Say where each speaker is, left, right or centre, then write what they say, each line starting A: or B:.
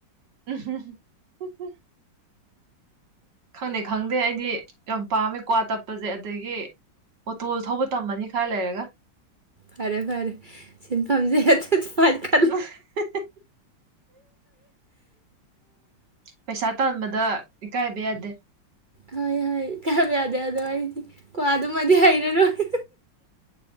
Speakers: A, on the right; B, on the right.
A: <unintelligible> ꯈꯪꯗꯦ ꯈꯪꯗꯦ ꯑꯩꯗꯤ ꯌꯥꯝ ꯄꯥꯝꯃꯦ ꯀ꯭ꯋꯥ ꯇꯞꯄꯁꯦ ꯑꯗꯒꯤ ꯑꯣꯇꯣ ꯊꯧꯕ ꯇꯝꯃꯅꯤ ꯈꯔ ꯂꯩꯔꯒ
B: ꯐꯔꯦ ꯐꯔꯦ ꯁꯤꯟꯐꯝꯁꯦ <unintelligible>
A: <unintelligible> ꯄꯩꯁꯥ ꯇꯥꯟꯕꯗ ꯏꯀꯥꯏꯕ ꯌꯥꯗꯦ
B: ꯍꯣꯏ ꯍꯣꯏ ꯏꯀꯥꯏꯕ ꯌꯥꯗꯦ ꯑꯗꯣ ꯑꯩꯗꯤ ꯀ꯭ꯋꯥꯗꯨꯃꯗꯤ ꯍꯩꯔꯔꯣꯏ